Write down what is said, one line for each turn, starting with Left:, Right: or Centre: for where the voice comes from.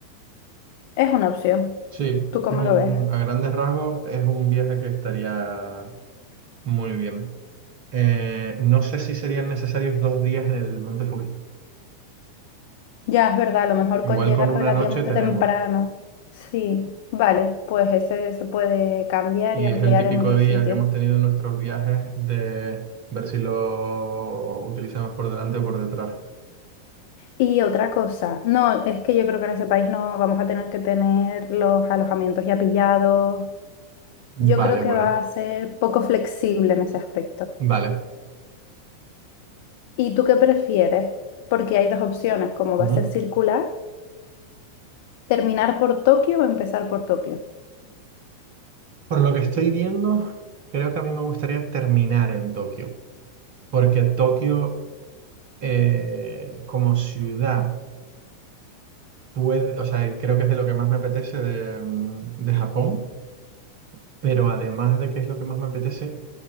Left: es una opción.
Right: Sí,
Left: ¿Tú cómo
Right: es un,
Left: lo ves?
Right: a grandes rasgos es un viaje que estaría muy bien. Eh, no sé si serían necesarios dos días en el Monte Fuji.
Left: Ya, es verdad, a lo mejor
Right: Igual
Left: con llegar
Right: con una
Left: relativamente
Right: noche tenemos.
Left: temprano. Sí, vale, pues ese se puede cambiar
Right: Y
Left: y ampliar
Right: es el típico
Left: en otro
Right: día
Left: sitio.
Right: que hemos tenido en nuestros viajes de ver si lo utilizamos por delante o por detrás.
Left: Y otra cosa, no, es que yo creo que en ese país no vamos a tener que tener los alojamientos ya pillados. Yo
Right: Vale,
Left: creo que
Right: bueno.
Left: va a ser poco flexible en ese aspecto.
Right: Vale.
Left: ¿Y tú qué prefieres? Porque hay dos opciones, como va
Right: Ujú.
Left: a ser circular, terminar por Tokio o empezar por Tokio.
Right: Por lo que estoy viendo, creo que a mí me gustaría terminar en Tokio, porque Tokio eh, como ciudad puede, o sea, creo que es de lo que más me apetece de, mm, de Japón, pero además de que es lo que más me apetece,